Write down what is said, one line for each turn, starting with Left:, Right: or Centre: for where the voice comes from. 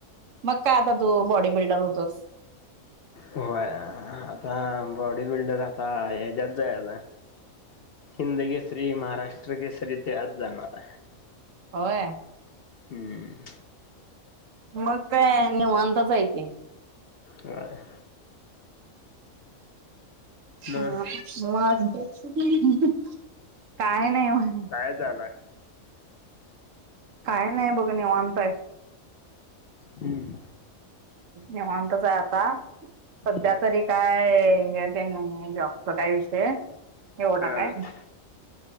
Right: मग काय आता तू बॉडी बिल्डर होतोस.
Left: होय आता बॉडी बिल्डर आता हेच्यात. हिंद केसरी. महाराष्ट्र केसरी. तेच्यात जाणार आहे.
Right: होय.
Left: हम्म.
Right: मग काय निवांतच आहे की.
Left: व्हय. मग
Right: हा बसलोय अजून. काय नाही बग.
Left: काय झालाय?
Right: काय नाही बघ निवांत हाय.
Left: हम्म.
Right: निवांतच हाय आता. सध्या
Left: हम्म
Right: तरी काय हे तेन जॉबच काय विषय. एवढा
Left: हा
Right: काय.